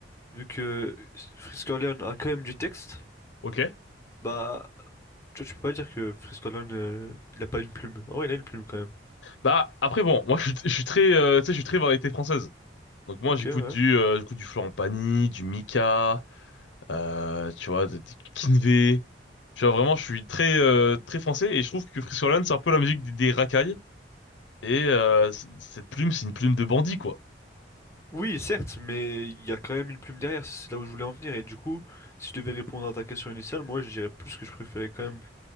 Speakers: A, on the left; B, on the left.
A: vu que Frisk Orleans a quand même du texte,
B: Ok?
A: bah, tu, vois, tu peux pas dire que Frisk Orleans, euh, il a pas une plume. Ah ouais, il a une plume quand même.
B: Bah après bon, moi je, suis je suis très euh, tu sais je suis très variété française. Donc moi
A: Ok,
B: j'écoute
A: ouais.
B: du euh, j'écoute du Florent Pagny, du Mika, euh, tu vois des des Kinvé. Tu vois vraiment je suis très euh, très français et je trouve que Friscoland c'est un peu la musique des, des racailles et euh, c- cette plume c'est une plume de bandit quoi.
A: Oui, certes, mais il y a quand même une plume derrière, c'est là où je voulais en venir. Et du coup, si je devais répondre à ta question initiale, moi je dirais plus que je préférais quand même